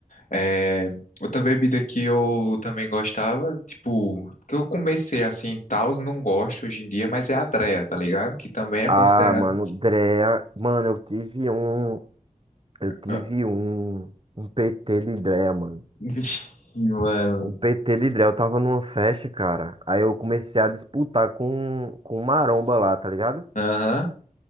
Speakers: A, on the left; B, on the right.
A: É, outra bebida que eu também gostava, tipo, que eu comecei assim, tals, não gosto hoje em dia, mas é a Dreia, tá ligado? Que também é
B: Ah,
A: considerado.
B: mano, Drea. Mano, eu tive um. Eu tive
A: Ah, <laughs>
B: um. Um PT de Drea, mano.
A: Vixe, mano.
B: O PT de Drell tava numa festa, cara. Aí eu comecei a disputar com, com o maromba lá, tá ligado?
A: Aham.